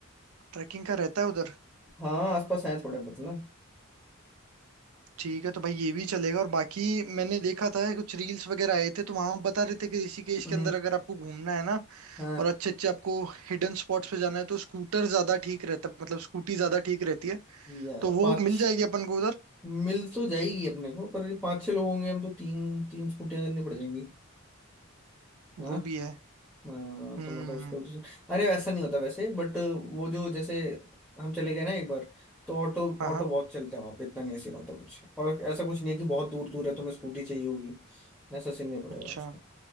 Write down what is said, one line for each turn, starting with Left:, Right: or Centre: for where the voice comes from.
Right: ट्रैकिंग का रहता है उधर
Centre: हाँ आसपास है थोड़े मतलब
Right: ठीक है तो भाई ये भी चलेगा और बाकी मैंने देखा था कुछ रील्स वगैरह आए थे तो वहां बता रहे थे कि ऋषिकेश के
Centre: हम्म
Right: अंदर अगर आपको घूमना है ना
Centre: हाँ
Right: और अच्छे अच्छे आपको हिडन स्पॉट्स पे जाना है तो स्कूटर ज्यादा ठीक रहता है मतलब स्कूटी ज्यादा ठीक रहती है
Centre: या
Right: तो वो
Centre: पाँच
Right: मिल जाएगी अपन को उधर
Centre: मिल तो जाएगी अपने को पर ये पाँच छह लोग होंगे हम तो तीन तीन स्कूटियाँ करनी पड़ जाएंगी
Right: वो
Centre: है ना
Right: भी है
Centre: हाँ,
Right: हम्म
Centre: तो मतलब उसका भी तो अरे वैसा नहीं होता वैसे बट वो जो जैसे हम चले गए ना एक बार तो ऑटो
Right: हाँ
Centre: ऑटो
Right: हाँ
Centre: बहुत चलते हैं वहाँ पे इतना नहीं सीन होता कुछ और ऐसा कुछ नहीं है कि बहुत दूर दूर है तुम्हें स्कूटी चाहिए होगी ऐसा सीन नहीं पड़ेगा
Right: अच्छा
Centre: उसका